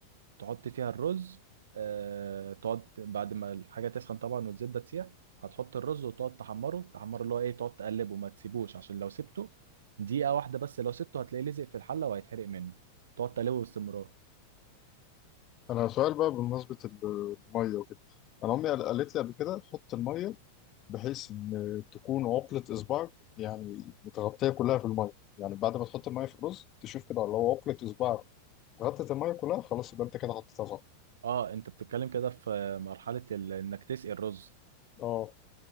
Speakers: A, on the right; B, on the left.
A: تحط فيها الرز آه تقعد بعد ما الحاجة تسخن طبعا والزبدة تسيح هتحط الرز وتقعد تحمره تحمره اللي هو ايه تقعد تقلبه ما تسيبوش عشان لو سبته دقيقة واحدة بس لو سبته هتلاقيه لزق في الحلة وهيتحرق منك تقعد تقلبه باستمرار
B: انا سؤال بقى بمناسبة ال- المية وكده انا امي قال- قالت لي قبل كده حط المية بحيث ان تكون عقلة اصبعك يعني متغطية كلها في المية يعني بعد ما تحط المية في الرز تشوف كده لو عقلة اصبعك غطت المية كلها خلاص يبقى انت كده حطيتها صح
A: اه انت بتتكلم كده في مرحلة ال- انك تسقي الرز
B: اه